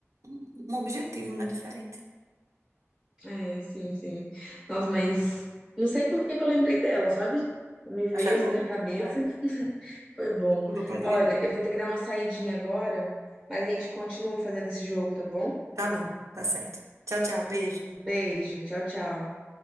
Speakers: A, on the right (about 80°); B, on the right (about 20°).
A: um- um objetivo, né? Diferente.
B: é, sim, sim. Nossa, mas não sei por que que eu lembrei dela, sabe? Me veio
A: Achei
B: assim
A: bom.
B: na cabeça. Foi bom.
A: Bom pra divertir.
B: Olha, eu vou ter que dar uma saidinha agora, mas a gente continua fazendo esse jogo, tá bom?
A: Tá bom, tá certo. Tchau, tchau. Beijo.
B: Beijo, tchau, tchau.